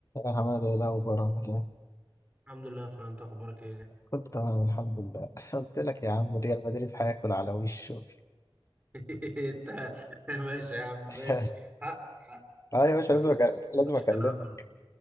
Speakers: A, on the left; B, on the right.
A: يا حمادة إيه الأخبار عامل إيه؟
B: الحمد لله يا اخويا انت اخبارك ايه
A: كنت تمام الحمد لله <laughs> قلت لك يا عم ريال مدريد هياكل على وشه
B: <laughs> انت ماشي يا عم
A: <laughs>
B: ماشي حق حق
A: أه يا باشا
B: بس
A: لازم
B: بس-
A: أكلم. لازم
B: الماتش
A: أكلمك
B: كان عامل ايه